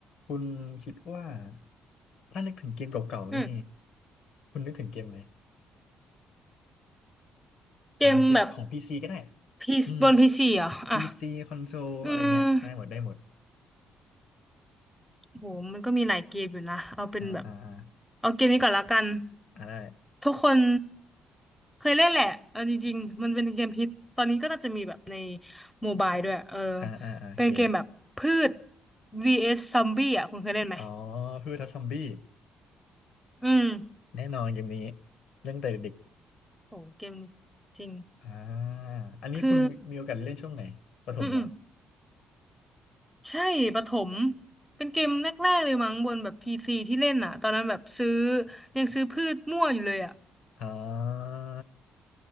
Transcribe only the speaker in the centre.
อืม
เกมแบบ
พีบนพีซีเหรออ่ะ
อืมโหมันก็มีหลายเกมอยู่นะ เอาเป็นแบบ
เอาเกมนี้ก่อนละกัน
ทุกคนเคยเล่นแหละเองจริงๆมันเป็นเกมฮิตตอนนี้ก็น่าจะมีแบบในโมบายด้วยเออ
เป็นเกมแบบพืช vs ซอมบี้อ่ะคุณเคยเล่นไหม
อืม
โหเกมนี้จริง
คือ อืมอืม ใช่ประถมเป็นเกมแรกๆเลยมั้งบนแบบพีซีที่เล่นอ่ะตอนนั้นแบบซื้อยังซื้อพืชมั่วอยู่เลยอ่ะ